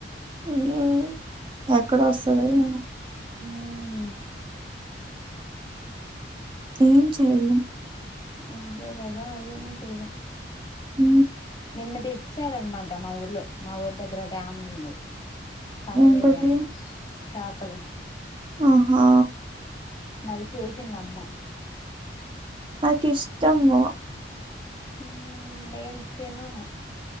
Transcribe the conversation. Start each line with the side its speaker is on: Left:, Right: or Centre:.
Right: హ్మ్ ఎక్కడోస్తదో ఏమో
Left: హ్మ్
Right: ఏం చేయలేం
Left: అదే కదా ఏమీ చేయలేం
Right: ఊ
Left: నిన్న దెచ్చారనమాట మా ఊర్లో మా ఊరి దగ్గర డ్యామ్ ఉంది కంలే
Right: ఏంటది
Left: డ్యామ్ చాపలు
Right: ఆహా
Left: నై చేసిందమ్మ
Right: నాకిష్టము
Left: ఉ నేన్ తినను